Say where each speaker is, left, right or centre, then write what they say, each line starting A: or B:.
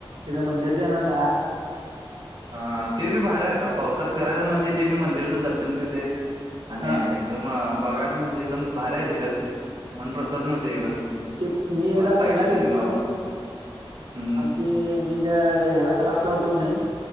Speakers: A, on the right; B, on the right.
A: तिथे मंदिरच ना त्या आत
B: हा ते बी भहेार आता पावसात फिरायच म्हणजे ते बी मंदिराचं दर्शन बी होते आणि
A: हा
B: एकदम बघायचं म्हणजे एकदम भऱ्या आहे तिथं मन प्र्रसन्नव्हते एकदम
A: ते मी एकदा
B: बसला
A: पहिला
B: की तिथं
A: गेलतो
B: निवांत. हं,
A: आमचे
B: हं.
A: मी ज ह्याला क्लासला होतो की नाही